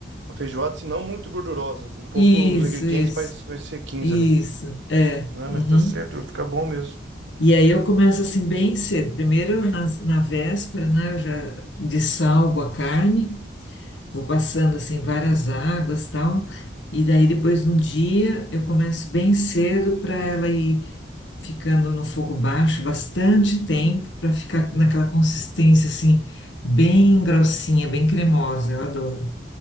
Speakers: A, on the right; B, on the left.
A: uma feijoada, se não muito gordurosa. com Um pouco
B: Isso,
A: os ingredientes
B: isso,
A: mais, mais sequinhos
B: isso.
A: ali.
B: É.
A: Não,
B: uhum.
A: mas tá certo, fica bom mesmo.
B: E aí eu começo assim bem cedo. Primeiro na, na véspera, né? Eu já dessalgo a carne. vou passando assim várias águas tal. E daí depois no dia eu começo bem cedo para ela ir ficando no fogo baixo bastante tempo para ficar naquela consistência assim bem grossinha, bem cremosa. Eu adoro.